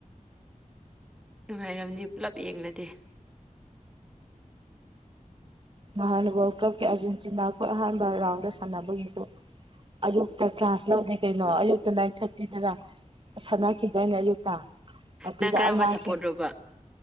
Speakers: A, in the centre; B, on the right (about 40°).
A: ꯅꯨꯡꯉꯥꯏꯔꯝꯅꯤ ꯄꯨꯂꯞ ꯌꯦꯡꯂꯗꯤ
B: ꯅꯍꯥꯟ ꯋꯥꯔꯜ ꯀꯞꯀꯤ ꯑꯥꯔꯖꯦꯟꯇꯤꯅ ꯈꯣꯏ ꯑꯍꯥꯟꯕ ꯔꯥꯎꯟꯗ ꯁꯥꯟꯅꯕꯒꯤꯁꯨ ꯑꯌꯨꯛꯇ ꯀ꯭ꯂꯥꯁ ꯂꯧꯗꯦ ꯀꯩꯅꯣ ꯑꯌꯨꯛꯇ ꯅꯥꯏꯟ ꯊꯥꯔꯇꯤꯗꯅ ꯁꯥꯟꯅꯈꯤꯗꯅꯦ ꯑꯌꯨꯛꯇꯥ ꯑꯗꯨꯗ
A: ꯅꯪ ꯀꯔꯝꯕ
B: ꯑꯉꯥꯡꯁꯦ
A: ꯁꯞꯄꯣꯔꯠꯔꯣꯕ